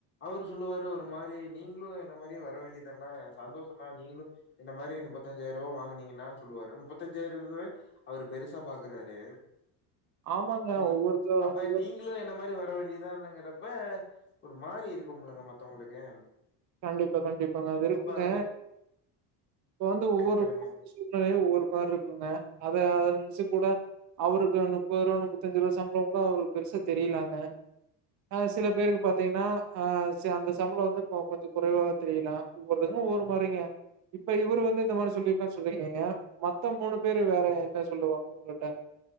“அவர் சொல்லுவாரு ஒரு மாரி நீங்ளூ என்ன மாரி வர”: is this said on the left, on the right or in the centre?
Left